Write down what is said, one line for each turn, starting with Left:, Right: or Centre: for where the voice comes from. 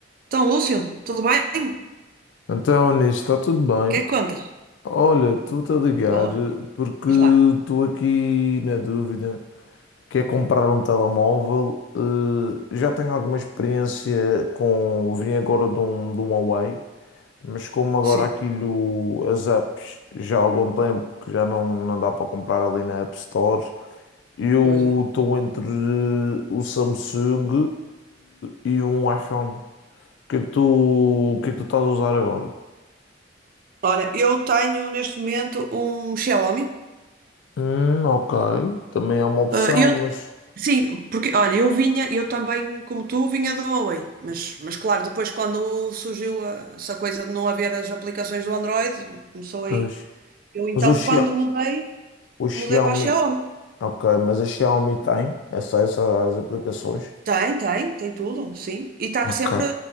Right: Então, Lúcio, tudo bem? O
Left: Então, nisso está tudo bem.
Right: que é que contas?
Left: Olha, estou-te a ligar
Right: Boa,
Left: porque
Right: diz lá.
Left: estou aqui na dúvida. Quer comprar um telemóvel? eh, já tenho alguma experiência com. Vim agora de um, de um Huawei, mas como agora
Right: Sim,
Left: aquilo, as apps, já há algum tempo que já não, não dá para comprar ali na App Store, eu
Right: pois é.
Left: estou entre eh, o Samsung, eh, e um iPhone. O que é que tu, o que é que tu estás a usar agora?
Right: Olha, eu tenho neste momento um Xiaomi.
Left: Hum, ok. Também é uma opção,
Right: Ah, eu,
Left: mas.
Right: sim, porque, olha, eu vinha, eu também, como tu, vinha do Huawei. Mas, mas claro, depois quando surgiu a- essa coisa de não haver as aplicações do Android, começou
Left: Pois.
Right: aí. Eu então,
Left: Mas o Xiaomi.
Right: quando mudei,
Left: O Xiaomi.
Right: mudei para a Xiaomi.
Left: Ok, mas a Xiaomi tem essa, essas aplicações.
Right: Tem, tem, tem tudo, sim. E está
Left: Ok.
Right: sempre,